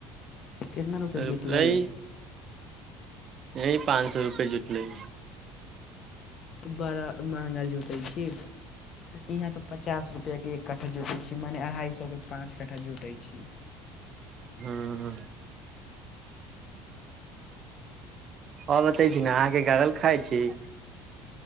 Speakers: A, on the left (about 50°); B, on the right (about 45°).
A: कितना रुपआ
B: रोपलै
A: जोत लई।
B: एहि पाँच सए रुपए जुतलइ।
A: बर महंगा जोतै छी इहाँ तऽ पचास रुपआके क्ठा जोतैत छी। मने अढ़ाइ सएके पाँच कट्ठा जोतैत छी।
B: हँ। हम जोतै छी ने अहाँके गरल खाइ छी। <inaudible>